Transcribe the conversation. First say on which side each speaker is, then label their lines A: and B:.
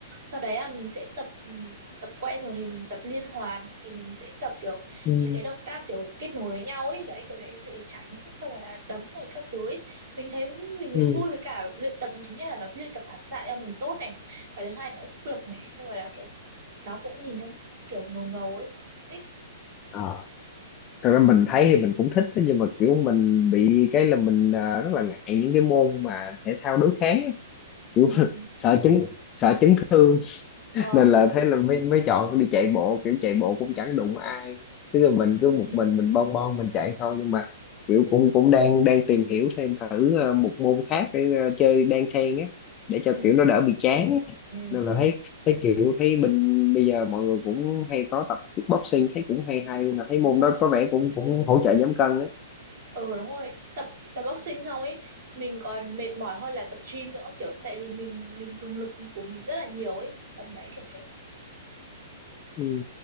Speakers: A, on the right; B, on the left.
A: sau đấy là mình sẽ tập ừ, tập quen rồi thì mình tập liên hoàn thì mình sẽ tập kiểu
B: Ừ.
A: những cái động tác kiểu kết nối với nhau ấy đấy kiểu đấy sẽ tránh xong rồi là đấm rồi các thứ ấy mình thấy mình
B: Ừ.
A: thấy vui với cả luyện tập thứ nhất là nó luyện tập phản xạ cho mình tốt này và thứ hai nữa sức lực này xong rồi là kiểu nó cũng nhìn trong kiểu ngầu ngầu ấy Mình thích
B: Ờ, thật ra mình thấy thì mình cũng thích đó, nhưng mà kiểu mình bị cái là mình à, rất là ngại những cái môn mà thể thao đối kháng á. kiểu
A: ừ,
B: <laughs>
A: ừ.
B: sợ chấn sợ chấn thương
A: ờ
B: nên là thế là mới mới chọn đi chạy bộ kiểu chạy bộ cũng chẳng đụng ai tức là mình cứ
A: ừ,
B: một mình mình
A: ừ,
B: bon bon mình chạy thôi nhưng mà kiểu cũng cũng đang đang tìm hiểu thêm thử ờ, một môn khác để ờ, chơi đan xen á để cho
A: ừ,
B: kiểu nó đỡ bị chán
A: ừ,
B: á
A: ừ, ừ.
B: nên là thấy thấy kiểu thấy mình bây giờ mọi người cũng hay có tập kickboxing thấy cũng hay hay mà thấy môn
A: đúng rồi
B: đó có vẻ cũng cũng hỗ trợ giảm cân á
A: ừ đúng rồi tập tập boxing xong ấy mình còn mệt mỏi hơn là tập gym nữa kiểu tại vì mình mình dùng lực của mình rất là nhiều ấy tầm đấy kiểu thế
B: ừ.